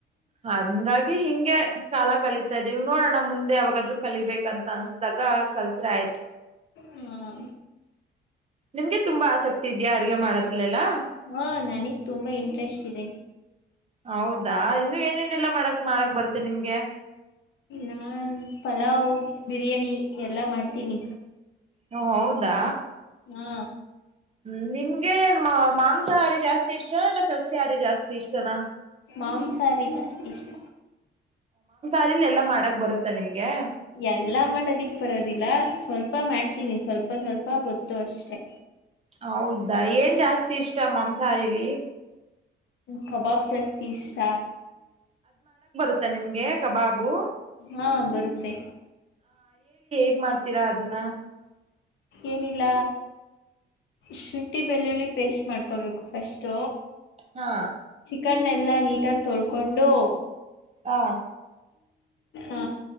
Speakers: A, on the right; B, on the left.
A: ಹಂಗಾಗಿ ಹಿಂಗೆ ಕಾಲ ಕಲಿತಾ ಇದ್ದೀವಿ ನೋಡೋಣ ಮುಂದೆ ಅವಾಗಾದ್ೂ ಕಲಿಬೇಕಂತ ಅನ್ಸ್ದಾಗ ಕಲ್ತ್ ಆಯ್ತು
B: ಹಾ
A: ನಿಮ್ಗೆ ತುಂಬಾ ಆಸಕ್ತಿ ಇದೆಯಾ ಅಡ್ಗೆ ಮಾಡೋದ್ರಲೆೆಲ್ಲ
B: ಹಾ ನನಗ್ ತುಂಬಾ ಇಂಟ್ರೆಸ್ಟ್ ಇದೆ
A: ಹೌದಾ ಇನ್ನು ಏನೇನೆಲ್ಲಾ ಮಾಡಕ್ ಮಾಡಕ್ ಬರ್ತ್ತೇ ನಿಮ್ಗೆ
B: ನಾನ್ ಪಲಾವ್ ಬಿರಿ್ಯಾನಿ ಎಲ್ಲಾ ಮಾಡ್ತೀನಿ
A: ಹ ಹೌದಾ
B: ಹಾ
A: ಹ್ಮ ನಿಮ್ಗೆ ಮಾ ಮಾಂಸಾಹಾರಿ ಜಾಸ್ತಿ ಇಷ್ಟನ ಇಲ್ಲ ಸಲ್ಸಿಹಾರಿ ಜಾಸ್ತಿ ಇಷ್ಟನ
B: ಮಾಂಸಾರಿದ ಶಷ್ಟ
A: ಅದಲ್ಲಿ ಎಲ್ಲಾ ಮಾಡಕ್ ಬರುತ್ತಾ ನಿಂಗೆ
B: ಎಲ್ಲ ಮಾಡೋದಿಕ್ ಬರೋದಿಲ್ಲ ಸ್ವಲ್ಪ ಮಾಡ್ತೀವಿ ಸ್ವಲ್ಪ ಸ್ವಲ್ಪ ಗೊತ್ತು ಅಷ್ಟೆ
A: ಹೌದಾ ಏನ್ ಜಾಸ್ತಿ ಇಷ್ಟ ಮಾಂಸಾಹಾರಿಲಿ
B: ಕಬಾಬ್ ಜಾಸ್ತಿ ಇಷ್ಟ
A: ಗತ್ತಾ ನಿಮ್ಗೆ ಕಬಾಬು
B: ಹಾ ಬರುತ್ತೆ
A: ಹಗ್ ಮಾಡ್ತೀರಾ ಅದನ್ನ
B: ಏನಿಲ್ಲ ಶುಂಠಿ ಬೆಳ್ಳುಳ್ಳಿ ಪೇಸ್ಟ್ ಮಾಡ್ಕೊಳ್ಬೇಕು ಫಸ್ಟ್
A: ಹಾ
B: ಚಿಕನ್ ಎಲ್ಲಾ ನೀಟಾಗಿ ತೊಳ್ಕೊಂಡು
A: ಹಾ
B: ಆ